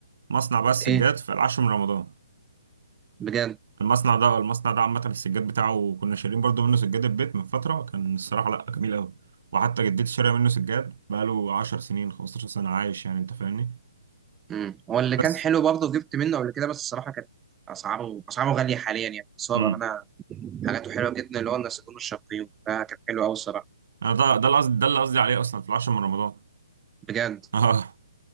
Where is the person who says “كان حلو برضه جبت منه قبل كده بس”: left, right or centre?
Right